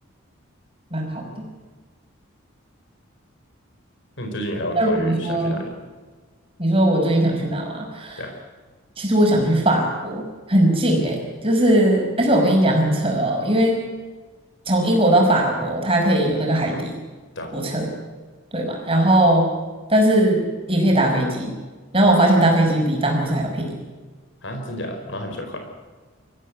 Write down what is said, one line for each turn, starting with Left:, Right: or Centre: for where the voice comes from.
Right: 蛮好的。
Left: 那你最近还有考虑想去哪里吗？
Right: 那如果说你说我最近想去哪吗？
Left: 对啊，
Right: 其实我想去法国，很近诶，就是而且我跟你讲很扯哦，因为从英国到法国，它可以有那个海底火车，
Left: 对啊，
Right: 对嘛？然后但是也可以搭飞机，然后我发现搭飞机比搭火车还要便宜。
Left: 啊，真假的？然后还比较快啊